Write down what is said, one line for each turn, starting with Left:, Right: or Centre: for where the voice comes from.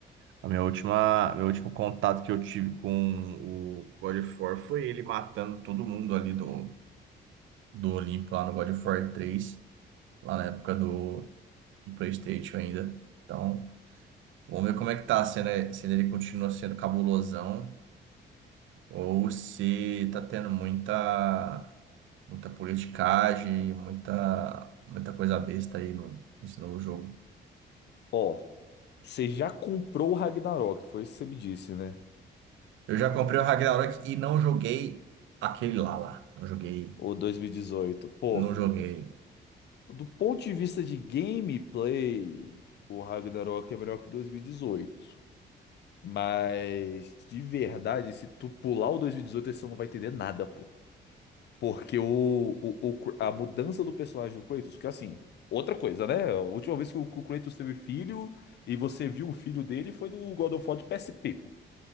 Right: A minha última, meu último contato que eu tive com o God of War foi ele matando todo mundo ali do, do Olimpo lá no God of War 3, lá na época do. do PlayStation ainda. Então, vamos ver como é que tá, se, né, se ele continua sendo cabulosão ou se tá tendo muita muita politicagem, muita muita coisa besta aí no, nesse novo jogo.
Left: Ó, você já comprou o Ragnarok, foi isso que você me disse, né?
Right: Eu já comprei o Ragnarok e não joguei aquele lá lá. Não joguei,
Left: Ou 2018. Pô,
Right: não joguei.
Left: do ponto de vista de gameplay, o Ragnarok é melhor que o 2018. Mas, de verdade, se tu pular o 2018, você não vai entender nada, pô. Porque o, o, o Kr- a mudança do personagem do Kratos, que assim, outra coisa, né? A última vez que o, que o Kratos teve filho e você viu o filho dele foi do God of War de PSP, pô.